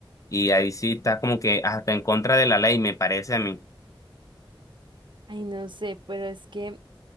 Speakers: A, on the left; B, on the right.
A: Y ahí sí está como que hasta en contra de la ley, me parece a mí.
B: Ay, no sé, pero es que